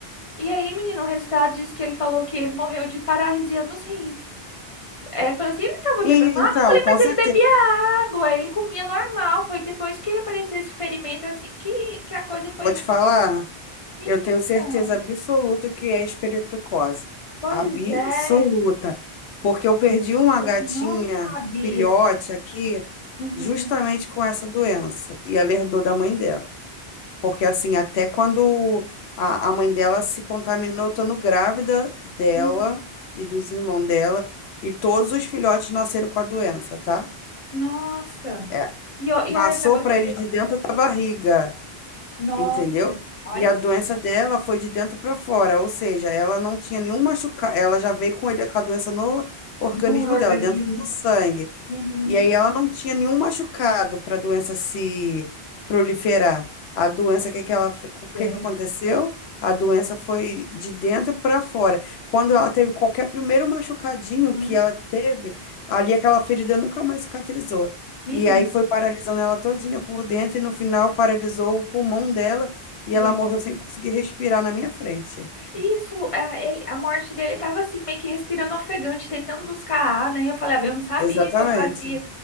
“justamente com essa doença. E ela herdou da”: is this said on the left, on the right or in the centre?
Left